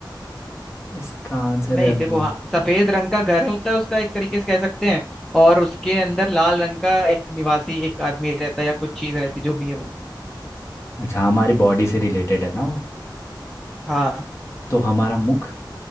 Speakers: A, on the left; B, in the centre.
A: इसका आंसर
B: नहीं
A: है
B: देखो
A: वो
B: हाँ सफेद रंग का घर होता है उसका एक तरीके से कह सकते हैं और उसके अंदर लाल रंग का एक निवासी एक आदमी रहता है या कुछ चीज रहती है, जो भी है वो
A: अच्छा हमारी बॉडी से रिलेटेड है ना वो
B: हाँ
A: तो हमारा मुख